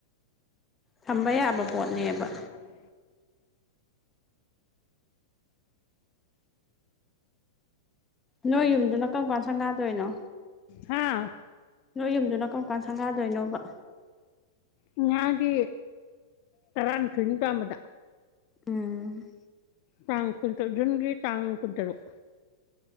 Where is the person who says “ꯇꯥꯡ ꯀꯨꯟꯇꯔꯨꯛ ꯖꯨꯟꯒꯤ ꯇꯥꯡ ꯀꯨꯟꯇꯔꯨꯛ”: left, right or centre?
Left